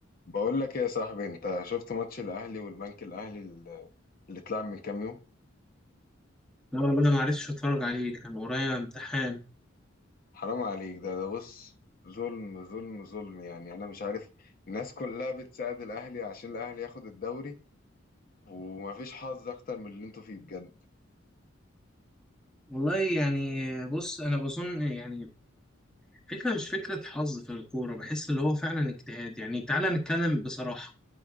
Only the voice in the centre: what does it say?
لا والله ما عرفتش اتفرج عليه كان ورايا امتحان
والله يعني بص انا بظن يعني فكره مش فكره حظ في الكوره بحس اللي هو فعلا اجتهاد يعني تعالى نتكلم بصراحه